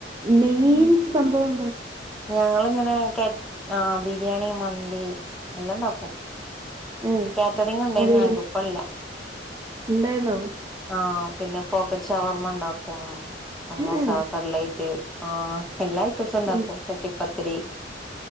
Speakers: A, on the right; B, in the centre.
A: മേയിൻ സംഭവംന്താ
B: ഞങ്ങളിങ്ങനെ ആഹ് ബിരിയാണി മന്തി എല്ലാം ഉണ്ടാക്കും
A: ഏഹ്
B: കേറ്ററിങ് ഉണ്ടായിന്ന്
A: അടിപൊളി
B: ഞങ്ങക്ക് ഇപ്പില്ല
A: ഉണ്ടായിരുന്നോ
B: ആഹ് പിന്നെ പോക്കറ്റ് ഷവർമ്മണ്ടാക്കും സമൂസ,
A: ഏഹ്
B: കള്ലൈറ്റ്, ആ എല്ലാ ഐറ്റമ്സും ഇണ്ടാക്കും
A: ഉം
B: കട്ടിപ്പത്തിരി